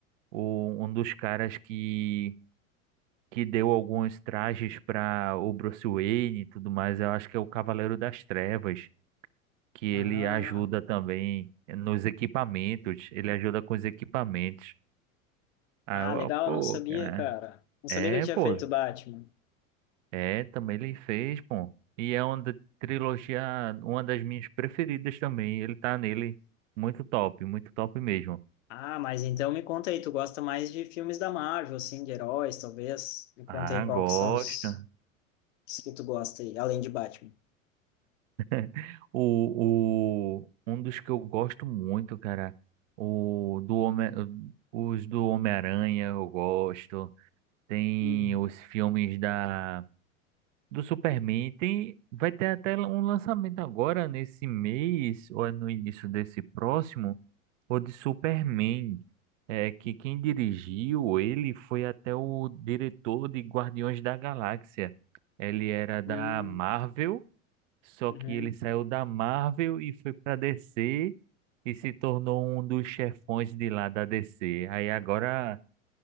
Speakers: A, on the right; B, on the left.
A: o- um dos caras que, que deu alguns trajes para o Bruce Wayne e tudo mais, eu acho que é o Cavaleiro das Trevas, que ele
B: Ah,
A: ajuda também nos equipamentos, ele ajuda com os equipamentos. Ah,
B: ah,
A: eu-
B: legal,
A: pô,
B: eu não sabia,
A: cara.
B: cara. Não
A: É,
B: sabia que ele tinha
A: pô.
B: feito o Batman.
A: É, também ele fez, pô. E é uma da- trilogia, uma das minhas preferidas também. Ele tá nele. Muito top, muito top mesmo.
B: Ah, mas então me conta aí, tu gosta mais de filmes da Marvel, assim, de heróis, talvez? Me conta
A: Ah,
B: aí qual
A: gosto.
B: que são os, os que tu gosta aí, além de Batman.
A: <laughs> O, o, um dos que eu gosto muito, cara, o do Homem, os do Homem-Aranha eu gosto. Tem
B: Uhum.
A: os filmes da do Superman. Tem, vai ter até um lançamento agora nesse mês ou é no início desse próximo, o de Superman. É que quem dirigiu ele foi até o diretor de Guardiões da Galáxia. Ele era da
B: Uhum.
A: Marvel. Só
B: Uhum.
A: que ele saiu da Marvel e foi pra DC e se tornou um dos chefões de lá da DC. Aí agora